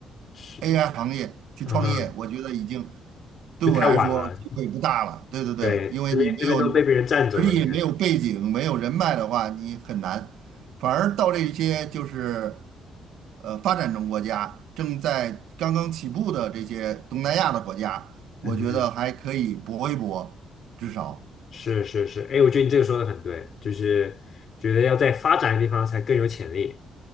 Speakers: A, on the left; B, on the right.
A: 是，
B: AI 行业去创业，
A: 啊，哈，
B: 我觉得已经对我来说机会不大了。
A: 就太晚了，
B: 对对对，
A: 对，
B: 因为你没有
A: 这边这边都被别人占走了的感觉。
B: 实力、没有背景、没有人脉的话，你很难。反而到这些就是呃发展中国家正在刚刚起步的这些东南亚的国家，我觉得还可以搏一搏，
A: 嗯哼。
B: 至少。
A: 是是是，哎，我觉得你这个说的很对，就是觉得要在发展的地方才更有潜力，